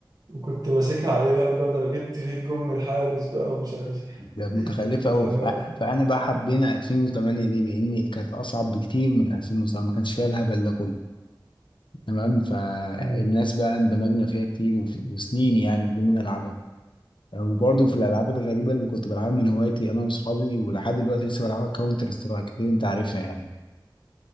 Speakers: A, on the right; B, on the left.
A: وكنت ماسكها عليه بقى اللي هو ده انا جبت فيه الجون من الحارس بقى ومش عارف ايه
B: كانت متخلفه
A: كانت
B: قوي
A: حاجه
B: ف- فانا بقى حبينا 2008 ليه؟ لان كانت اصعب بكتير من 2007 ما كانش فيها الهبل ده كله تمام فالناس
A: مم.
B: بقى اندمجنا فيها كتير وف- وسنين يعني وكنا نلعبها وبرضه في الالعاب الغريبه اللي كنت بلعبها من هوايتي انا واصحابي ولحد دلوقتي لسه بلعبها كاونتر سترايك اكيد انت عارفها يعني